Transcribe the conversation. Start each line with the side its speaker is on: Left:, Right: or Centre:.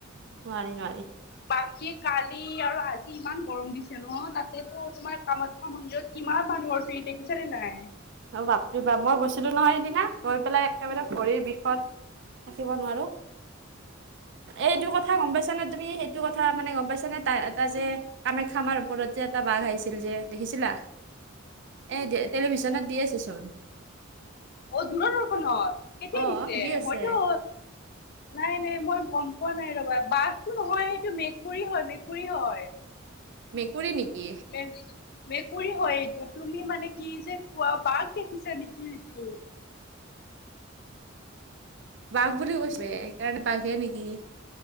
Right: নোৱাৰি-নোৱাৰি।
Left: বাকী কালি আৰু আজি ইমান গৰম দিছে ন, তাতেতো তোমাৰ কামাখ্যা মন্দিৰত কিমান মানুহৰ ভিৰ দেখিছা নে নাই?
Right: অ, বাপৰি বাপ মই গৈছিলো নহয় সেইদিনা গৈ পেলাই একেবাৰে ভৰিৰ বিষত থাকিব নোৱাৰো এইটো কথা গম পাইছানে তুমি সেই ইটো কথা মানে গম পাইছানে তা-তাই যে কামাখ্যামাৰ ওপৰত যে এটা বাঘ আহিছিল যে দেখিছিলা এ টেলিভিচনত দি আছে চোন।
Left: অ, দূৰদৰ্শনত কেতিয়া
Right: অ',
Left: দিছে
Right: দি আছে
Left: মইতো নাই-নাই মই গম পোৱা নাই ৰবা বাঘটো নহয় সেইটো মেকুৰী হয়-মেকুৰী হয়।
Right: মেকুৰী নেকি?
Left: মেকুৰী হয় এইটো তুমি মানে কি যে কোৱা বাঘ দেখিছা নেকি এইটো?
Right: বাঘ বুলি কৈছে সেইকাৰণে বাঘে নেকি।